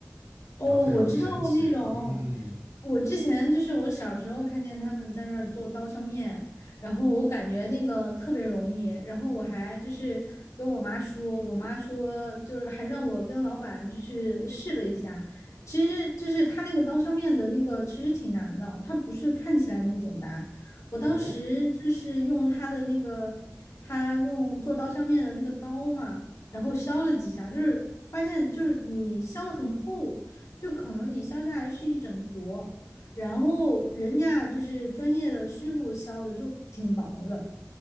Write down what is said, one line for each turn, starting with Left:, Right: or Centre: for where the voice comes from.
Left: 哦，
Right: 然后非常的神奇，
Left: 我知道过那种。
Right: 嗯，
Left: 我之前就是我小时候看见他们在那儿做刀削面，然后我感觉那个特别容易，然后我还就是跟我妈说，我妈说就是还让我跟老板就是试了一下，其实就是他那个刀削面的那个其实挺难的，它不是看起来那么简单。我当时就是用他的那个，
Right: 哦
Left: 他用做刀削面的那个刀嘛。然后削了几下，就是发现就是你削的很厚，就可能你削下来是一整坨，然后人家就是专业的师傅削的就挺薄的。